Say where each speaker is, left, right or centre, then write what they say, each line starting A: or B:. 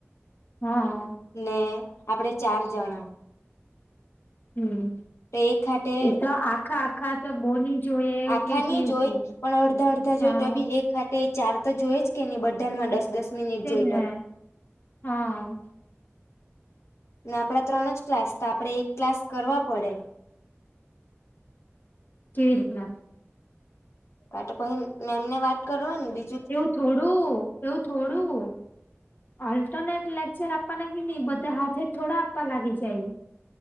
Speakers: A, on the left; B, on the left.
A: હા.
B: ને આપડે ચાર જણા.
A: હમ
B: તો એક હાથે
A: એ તો આખા આખા તો બોની. જોઈએ એવું
B: આખા
A: કેતી
B: ની જોય
A: હતી.
B: પણ અડધા અડધા જોઈ
A: હા.
B: તો બી એક ખાતે ચાર તો જોય જ કે નહી બધા માં દસ દસ મિનિટ
A: તેજ
B: જોઈ ત
A: ને હા
B: ને આપડા ત્રણ જ ક્લાસ હતા આપડે એક ક્લાસ કરવા પડે.
A: કેવી રીતના.
B: કા તો પહી મેમ ને વાત કરવા બી
A: એવું થોડું એવું થોડું. ઓલ્ટરનેટ લેક્ચર આપવાના કે ની બધા હાથે થોડા આપવા લાગી જાય.